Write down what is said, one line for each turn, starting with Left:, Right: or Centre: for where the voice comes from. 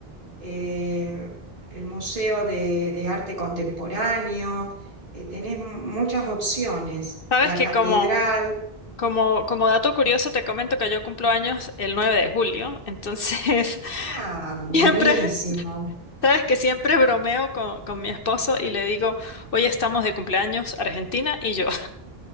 Right: eh, el Museo de, de Arte Contemporáneo, eh, tenés mu- muchas opciones.
Left: Sabes
Right: La
Left: que
Right: catedral,
Left: como, como, como dato curioso te comento que yo cumplo años el 9 de julio, entonces
Right: ah,
Left: <laughs>
Right: buenísimo.
Left: siempre, sabes que siempre bromeo con, con mi esposo y le digo, hoy estamos de cumpleaños Argentina y yo.